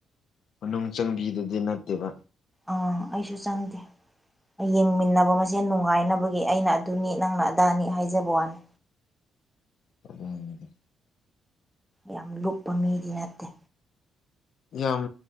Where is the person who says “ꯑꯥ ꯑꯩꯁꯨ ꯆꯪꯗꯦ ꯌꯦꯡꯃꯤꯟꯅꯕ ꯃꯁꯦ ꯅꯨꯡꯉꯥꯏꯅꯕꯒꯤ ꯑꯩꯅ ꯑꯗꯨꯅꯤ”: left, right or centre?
Centre